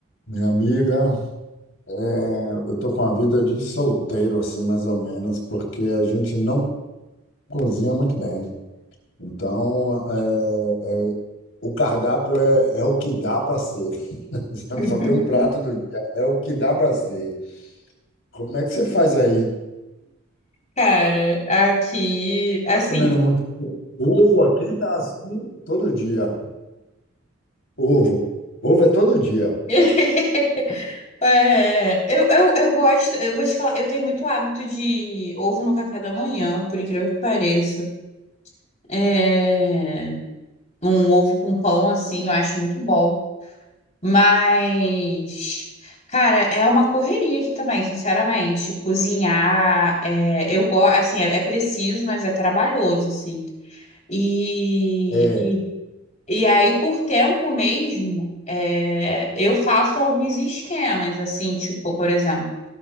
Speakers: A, on the left (about 70°); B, on the left (about 35°).
A: Minha amiga, é, eu tô com a vida de solteiro, assim, mais ou menos, porque a gente não cozinha muito bem. Então, é, é, o cardápio é, é o que dá para ser. <laughs>
B: <laughs>
A: Só tem um prato do dia, é o que dá para ser. Como é que você faz aí?
B: Cara, aqui, assim.
A: Tá comendo muito ovo aqui, tá assim todo dia. Ovo. Ovo é todo dia.
B: <laughs> é, eu, eu, eu gosto, eu vou te falar, eu tenho muito hábito de ovo no café da manhã, por incrível que pareça. É, um ovo com pão, assim, eu acho muito bom. Mas, cara, é uma correria aqui também, sinceramente. Cozinhar, é, eu gosto, assim, é, é preciso, mas é trabalhoso, assim. e
A: É,
B: E aí, por tempo mesmo, é, eu faço alguns esquemas, assim, tipo, por exemplo,